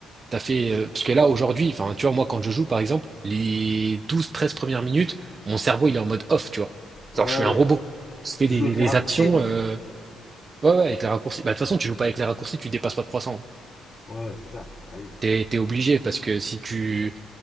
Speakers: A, on the right; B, on the left.
A: t'as fait, euh, parce que là, aujourd'hui, enfin, tu vois, moi, quand je joue, par exemple, les douze treize premières minutes, mon cerveau, il est en mode off, tu vois.
B: ouais,
A: Genre, je suis
B: ouais.
A: un robot. Je fais
B: Tu
A: des,
B: joues avec
A: des
B: les raccourcis
A: actions,
B: et tout
A: euh, ouais, ouais, avec les raccourcis. Bah, de toute façon, tu joues pas avec les raccourcis, tu dépasses pas 300.
B: Ouais, ouais, c'est ça. Ah oui.
A: T'es, t'es obligé parce que si tu,